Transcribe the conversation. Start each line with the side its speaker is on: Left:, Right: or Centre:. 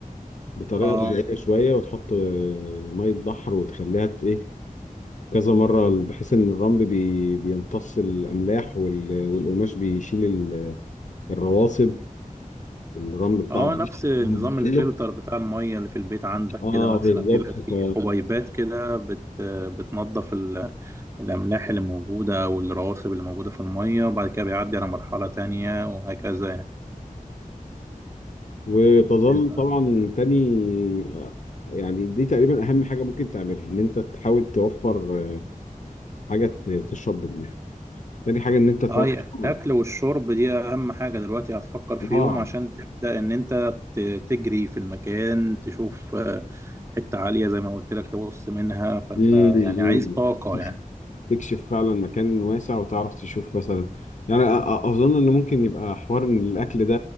Left: بطريقة
Right: اه
Left: بدائية شوية وتحط آه، مية بحر وتخليها ت- ايه كذا مرة بحيث ان الرمل بي بيمتص الاملاح وال- والقماش بيشيل ال- الرواسب الرمل بتاع
Right: اه
Left: الرمل
Right: نفس نظام
Left: كله
Right: الفلتر بتاع الميه اللي في البيت عندك
Left: اه
Right: كده مثلا
Left: بالظبط
Right: بيبقى فيه
Left: ف
Right: حبيبات كده بت بتنظف ال- الاملاح اللي موجوده والرواسب اللي موجوده في الميه وبعد كده بيعدي على مرحله تانية وهكذا يعني
Left: وتظل
Right: انت
Left: طبعا تاني آه، يعني دي تقريبا اهم حاجه ممكن تعملها ان انت تحاول توفر آه، حاجه ت- تشرب منها تاني حاجه ان انت توفر
Right: اه يعني الاكل والشرب دي اهم حاجه دلوقتي هتفكر في
Left: اه
Right: يوم عشان تبدا ان انت ت- تجري في المكان تشوف آه، حته عاليه زي ما قلت لك تبص منها فانت
Left: مم، مم.
Right: يعني عايز طاقه يعني
Left: تكشف فعلا مكان واسع وتعرف تشوف مثلا يعني أ- أ- اظن ان ممكن يبقى حوار ان الاكل ده